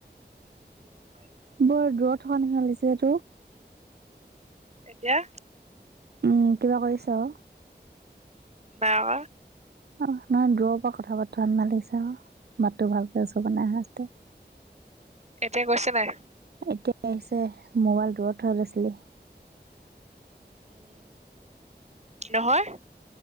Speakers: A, on the right (about 40°); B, on the right (about 65°).
A: দিব পাইবি।
B: বৰ দূৰত থকা নিচিনা লাগিছে এইটো।
A: এতিয়া।
B: উম, কিবা কৰিছ?।
A: বাহ।
B: অ', নহয় দূৰৰ পৰা কথা পাতি থকা নিচিনা লাগিছে আৰু মাতটো ভালকে ওচৰৰ পৰা নাই অহা আছিলে।
A: এতিয়া গৈছে নাই?
B: এতিয়া আহিছে মোবাইল দূৰত থৈ লৈছিলি।
A: উম, কি হয়